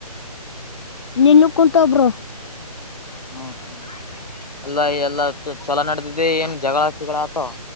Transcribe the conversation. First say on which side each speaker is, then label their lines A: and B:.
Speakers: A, on the left; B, on the left.
A: ನಿನ್ನೆ ಕುಂತವ ಬ್ರೋ
B: ಹ್ಮ್ ಹ್ಮ್ ಅಲ್ಲ ಎಲ್ಲ ಚಲೋ ಚ ನಡದ್ದಿದೆ ಏನ್ ಜಗಳ ಪಿಗಳ ಆತವ್.